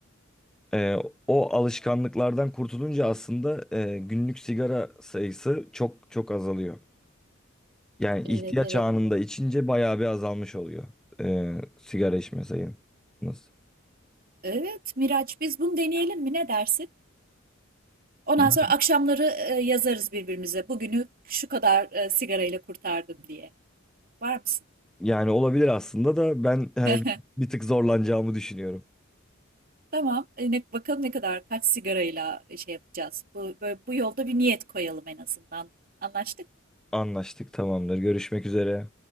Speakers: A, in the centre; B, on the right (about 45°).
A: Ee, o alışkanlıklardan kurtulunca aslında e, günlük sigara sayısı çok çok azalıyor. Yani
B: Evet
A: ihtiyaç
B: evet
A: anında içince bayağı bir azalmış oluyor e, sigara içme sayınız.
B: Evet Miraç biz bunu deneyelim mi ne dersin? Ondan
A: Yani
B: sonra akşamları e, yazarız birbirimize. Bugünü şu kadar e, sigarayla kurtardım diye. Var mısın?
A: yani olabilir aslında da ben hani
B: <laughs>
A: bir tık zorlanacağımı düşünüyorum.
B: Tamam. E, ne, bakalım ne kadar kaç sigarayla şey yapacağız. Bu, böyle, bu yolda bir niyet koyalım en azından. Anlaştık mı?
A: Anlaştık tamamdır. Görüşmek üzere.